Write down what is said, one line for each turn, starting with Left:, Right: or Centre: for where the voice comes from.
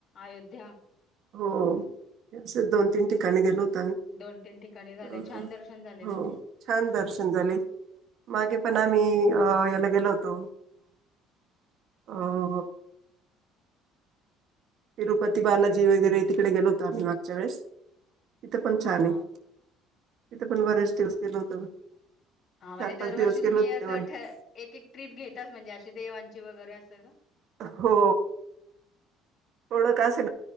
Left: अयोध्या.
Right: हो असे दोन तीन ठिकाणी गेलोत.
Left: दोन तीन ठिकाणी झाले
Right: अ
Left: छान दर्शन झाले म्हणजे
Right: हो छान दर्शन झाले मागे पण आम्ही याला गेल होतो अं तिरुपती बालाजी वगैरे तिकडे गेलो होतो आम्ही मागच्या वेळेस. तिथं पण
Left: हा
Right: छान
Left: हा.
Right: आहे तिथं पण बरेच दिवस गेलो होतो.
Left: हा म्हणजे
Right: चार
Left: दरवर्षी
Right: पाच दिवस
Left: तुम्ही
Right: गेलो होतो
Left: असं
Right: तेव्हा
Left: एक एक ट्रिप घेता म्हणजे. देवांची वगैरे असं
Right: हो थोडं का असे